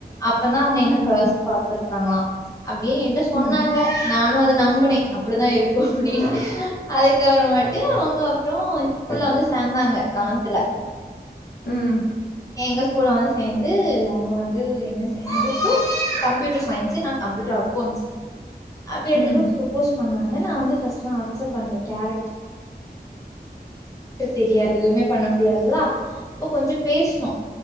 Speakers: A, on the left; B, on the left.
A: அப்பந்தா அவங்க என்ன
B: ம், ம்,
A: ஃபஸ்ட் பாத்துருக்காங்களா அப்டி என்ட்ட சொன்னாங்க
B: ம்.
A: நானு அத நம்புனே அப்பிடிதா இருக்கு அப்டின்னு அதுக்கப்புறமேட்டு அவங்க அப்றோ எங் ஸ்கூல்ல வந்து சேந்தாங்க லெவன்த்ல
B: ம்
A: எங்க ஸ்கூல்ல வந்து சேந்து அவங்க வந்து என்ன என்ன குரூப்பு கம்ப்யூட்டர் சயின்ஸு நா கம்ப்யூட்டர் அக்கௌன்ட்ஸு அப்டி எடுத்துப்ப
B: ம்,
A: ப்ரப்போஸ் பண்ணாங்க நா வந்து ஃபஸ்ட்ல அக்செப்ட் பண்ல கேரக் டர் தெரியாது எதுவுமே பண்ண முடியாதுல்லா அப்ப கொஞ்சோ பேசுனோ